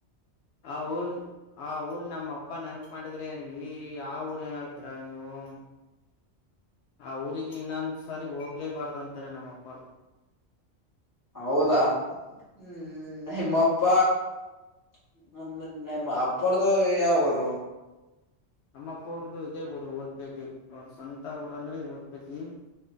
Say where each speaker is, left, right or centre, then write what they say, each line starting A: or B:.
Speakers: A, on the left; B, on the left.
A: ಆ ಊರ್ನ್ ಆ ಊರ್ ನಮ್ಮ ಅಪ್ಪ ನೆನಪು ಮಾಡಿದ್ರೆ ಈ ಆ ಊರ್ ಏನ್ ಹೇಳ್ತರ ನೀವು <unintelligible> ಆ ಊರಿಗಿ ಇನ್ನೊಂದ ಸಾರಿ ಹೋಗ್ಲೇಬಾರ್ದ ಅಂತಾರೆ ನಮ್ಮ ಅಪ್ಪರು.
B: ಹೌದಾ <unintelligible> ಮಪ್ಪ <unintelligible> ಅಪ್ಪರ್ಧು ಯಾವೂರು
A: ನಮ್ಮಪ್ಪ ಅವರದ್ದು ಇದೇ ಊರು <unintelligible> ಅವ್ರ ಸ್ವಂತ ಊರಂದ್ರೆ. <unintelligible>